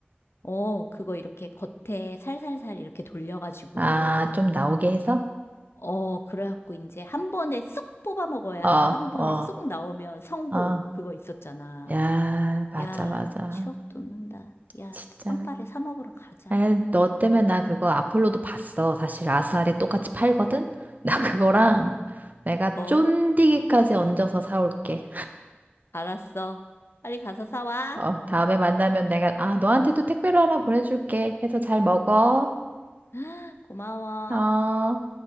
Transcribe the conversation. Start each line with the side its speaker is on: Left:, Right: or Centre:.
Left: 어, 그거 이렇게 겉에 살살살 이렇게 돌려가지고,
Right: 아, 좀 나오게 해서?
Left: 어, 그래갖고 이제 한 번에 쏙 뽑아 먹어야
Right: 어,
Left: 한 번에
Right: 어,
Left: 쏙 나오면 성공.
Right: 어.
Left: 그거 있었잖아.
Right: 야, 맞아,
Left: 야,
Right: 맞아.
Left: 추억 돋는다. 야,
Right: 진짜.
Left: 빵빠레 사 먹으러 가자.
Right: 아니, 너 때문에 나 그거 아폴로도 봤어. 사실 아스알에 똑같이 팔거든? <laughs> 나 그거랑 내가
Left: 어,
Right: 쫀디기까지 얹어서 사올게.
Left: 알았어. 빨리 가서 사와.
Right: 어, 다음에 만나면 내가, 아, 너한테도 택배로 하나 보내줄게. 해서 잘 먹어.
Left: <gasps> 고마워.
Right: 어.